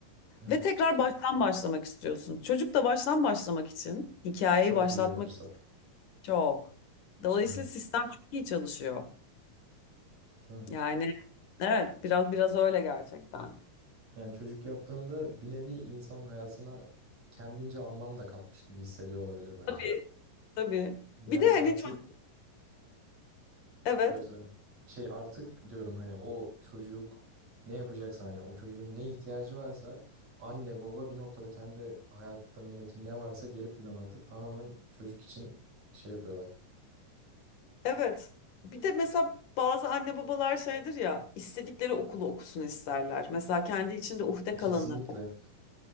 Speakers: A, on the right (about 50°); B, on the left (about 65°).
A: Evet.
B: Ve tekrar baştan başlamak istiyorsun. Çocuk da baştan başlamak için hikayeyi
A: Çok
B: başlatmak
A: iyi bir fırsat.
B: çok. Dolayısıyla
A: Evet.
B: sistem çok iyi çalışıyor.
A: Tamam.
B: Yani evet biraz biraz öyle gerçekten.
A: Yani çocuk yaptığında bir nevi insan hayatına kendince anlam da katmış gibi hissediyor olabilir bence.
B: Tabii tabii.
A: Yani
B: Bir de
A: artık
B: hani çok evet
A: söyle söyle. Şey artık diyorum hani o çocuk ne yapacaksa hani o çocuğun ne ihtiyacı varsa anne baba bir noktada kendi hayatlarındaki ne varsa geri plana atıp tamamen çocuk için şey yapıyorlar.
B: evet. Bir de mesela bazı anne babalar şeydir ya istedikleri okulu okusun isterler. Mesela kendi içinde uhde kalanı.
A: Kesinlikle